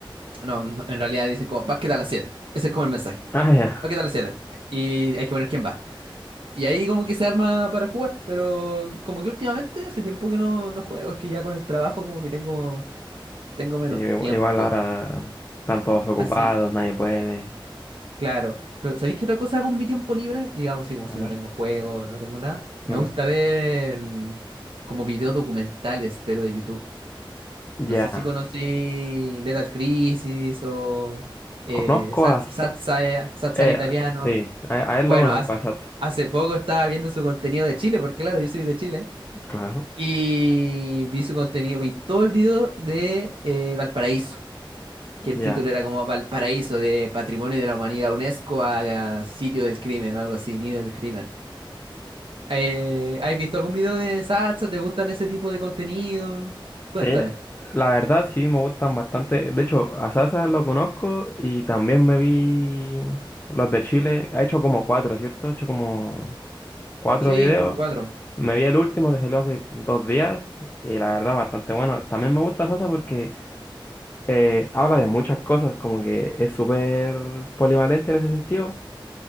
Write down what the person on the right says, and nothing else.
No, no, en realidad dicen como, básquet a las siete Ese es como el mensaje.
Básquet a las siete Y hay que poner quién va. Y ahí como que se arma para jugar, pero como que últimamente hace tiempo que no, no juego, es que ya con el trabajo como que tengo, tengo menos
tiempo.
Así,
claro. Pero ¿sabéis qué otra cosa hago en mi tiempo libre? Digamos así como
si
no tengo juego, no tengo nada.
Me gusta ver mm, como videos documentales, pero de YouTube.
No sé si conocí Lethal Crisis o
eh, Sat-
Satsai-
Satsal
Italiano.
Bueno,
hace,
hace poco estaba viendo su contenido de Chile, porque claro, yo soy de Chile.
Y vi su contenido, vi todo el video de eh, Valparaíso, que el
título era como Valparaíso de Patrimonio de la Humanidad UNESCO a, a sitio del crimen o algo así, nido del crimen. Eh, ¿has visto algún video de Satsa? ¿Te gustan ese tipo de contenido? Cuéntame.
Sí,
como cuatro.